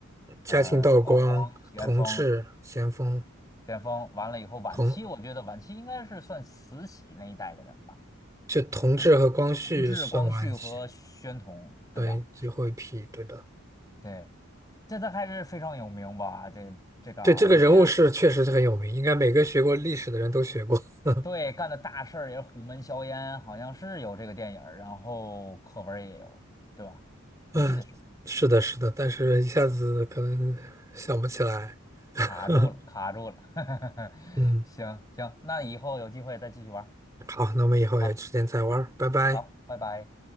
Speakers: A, on the right; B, on the left.
A: 嘉庆、
B: 呃，
A: 道光、
B: 道光、咸丰、
A: 同治、咸丰、
B: 咸丰，完了以后，晚期我觉得晚期应该是算慈禧那一代的人吧，
A: 同就同治和光绪算晚期，
B: 就是同治、光绪和宣统，对吧？
A: 对，最后一批，对的，
B: 对。这他还是非常有名吧？这这个啊，
A: 对，这个人物是确实是很有名，
B: 我觉得
A: 应该每个学过历史的人都学过。<laughs>
B: 对，干的大事儿也是虎门销烟，好像是有这个电影儿然后课文儿也有，对吧？我记得是
A: 嗯，是的，是的，但是一下子可能想不起来。<laughs>
B: 卡住了，卡住了。<laughs>
A: 嗯，
B: 行行，那以后有机会再继续玩儿。
A: 好，那我们以后有时间再玩儿拜拜。
B: 好，好，拜拜。